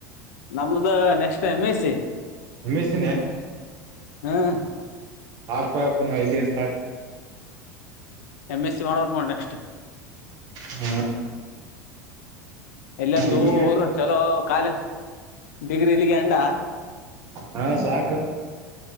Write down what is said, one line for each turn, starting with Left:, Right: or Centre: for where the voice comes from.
Left: ನಮ್ದು next time M S C
Right: M S C
Left: ಹ್ಮ್
Right: ಹಕ್ಪಪ್ಪ ನ ಇಲ್ಲಿ ಸಾಕ್
Left: ಎಮ್ ಎಸ್ ಸಿ ಮಾಡೋ ನೋ ನೆಕ್ಸ್ಟ್
Right: ಹ್ಮ
Left: ಎಲ್ಲಂದ ದೂರ್
Right: ಇಲ್ಲಿ
Left: ಚಲೋ ಕಾಲೇಜ ಡಿಗ್ರಿ ಇಲ್ಲಿಗೆ <inaudible>
Right: ಹಾ ಸಾಕು